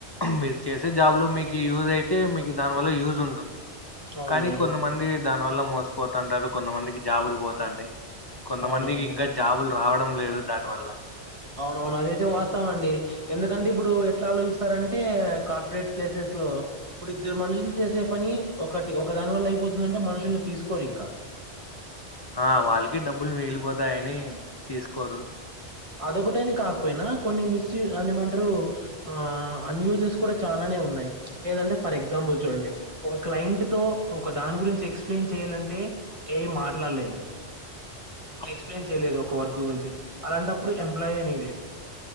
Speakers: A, on the left; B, on the right.
A: మీరు చేసే జాబ్ లో మీకు యూజ్ అయితే మీకు దాని వల్ల యూజ్ ఉంటుంది
B: అవునవును
A: కానీ కొంతమంది దాని వల్ల మోసిపోతుంటరు కొంతమందికి జాబులు పోతాంటాయి కొంతమందికి
B: అవునవును
A: ఇంకా జాబులు రావడం లేదు దాని వల్ల
B: అవునవును అదేయితే వాస్ స్తమండి ఎందుకంటే ఇప్పుడు ఎట్లా ఆలోచిస్తారంటే కార్పొరేట్ ప్లేసెస్ లో ఇప్పుడు ఇద్దరు మనుషులు చేసే పని ఒకటి ఒక దాని వల్ల అయిపోతుందంటే మనుషుల్ని తీసుకోరు ఇంకా
A: ఆ వాళ్ళకి డబ్బులు మిగిలిపోతాయని తీసుకోరు
B: అదొకటేని కాకపోయినా కొన్ని మిస్యు అనిఏమంటారు ఆ అన్యూజెస్ కూడా చాలానే ఉన్నాయి ఏంటంటే ఫర్ ఎగ్జాంపుల్ చూడండి. ఒక క్లయింట్ తో ఒక దాని గురించి ఎక్స్ప్లెయిన్ చేయాలంటే ఏ ఐ మాట్లాడలేదు.
A: <inaudible>
B: ఇట్లా ఎక్స్ప్లెయిన్ చేయలేదు ఒక వర్క్ గురించి అలాంటప్పుడు ఎంప్లాయే నీడిడ్